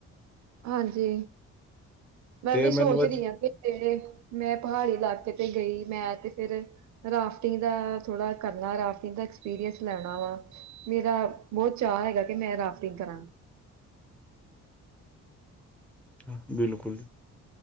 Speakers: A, on the right (about 65°); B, in the centre.
A: ਹਾਂਜੀ ਮੈਂ
B: ਤੇ
A: ਵੀ ਸੋਚ
B: ਮੈਨੂੰ ਅੱਜ
A: ਰਹੀ ਹਾਂ ਕਿ ਤੇ ਮੈਂ ਪਹਾੜੀ ਇਲਾਕੇ ਤੇ ਗਈ ਮੈਂ ਤੇ ਫਿਰ ਰਾਫਟਿੰਗ ਦਾ ਥੋੜਾ ਕਰਨਾ ਰਾਫਟਿੰਗ ਦਾ ਐਕਸਪੀਰੀਅੰਸ ਲੈਣਾ ਵਾ ਮੇਰਾ ਬਹੁਤ ਚਾਅ ਹੈਗਾ ਕਿ ਮੈਂ ਰਾਫਟਿੰਗ ਕਰਾਂ
B: ਹ ਬਿਲਕੁਲ ਜੀ